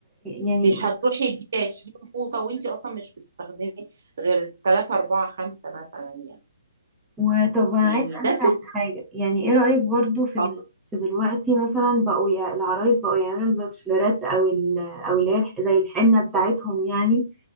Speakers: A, in the centre; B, on the right.
A: يعني
B: مش هتروحي تجيبي 20 فوطة وانت اصلا مش بتستخدمي غير 3 4 5 مثلا يعني
A: وطب انا
B: يعني
A: عايز اسالك
B: ده فكرة
A: على حاجه يعني ايه رايك برضو في
B: اه
A: ال... في دلوقتي مثلا بقوا يع... العرايس بقوا يعملوا الباتشلرات او ال... او اللي هي الح- زي الحنه بتاعتهم يعني